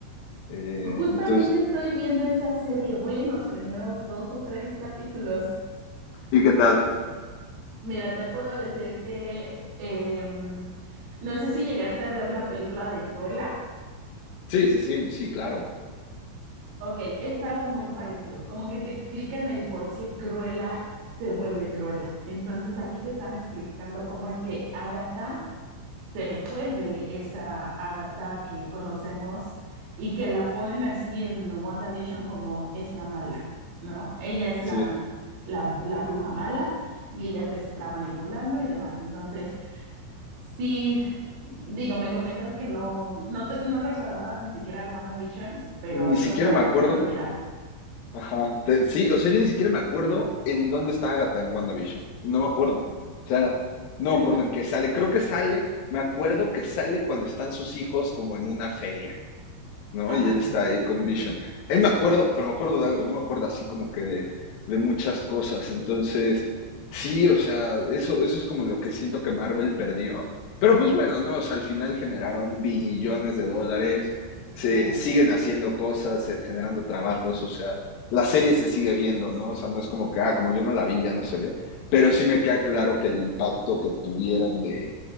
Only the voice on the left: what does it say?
Eh,
entonces,
¿Y qué tal?
sí, sí, sí, sí, claro.
Sí.
Ni
siquiera
me
acuerdo
Ajá. Te- sí, o sea, yo ni siquiera me acuerdo en dónde está Agatha en WandaVision. No me acuerdo. O sea, no
me acuerdo en qué sale. Creo que sale, me acuerdo que sale cuando están sus hijos como en una feria. ¿no?
Y él está ahí con Vision. Ahí me acuerdo, pero me acuerdo de algo, no me acuerdo así como que de, de muchas cosas. Entonces, sí, o sea, eso, eso es como lo que siento que Marvel perdió. Pero pues bueno, ¿no? O sea, al final generaron billones de dólares, se
siguen haciendo cosas, se- generando trabajos, o sea, la serie se sigue viendo, ¿no? O sea, no es como que, ah, como yo no la vi, ya no se ve. Pero sí me queda claro que el impacto que tuvieron de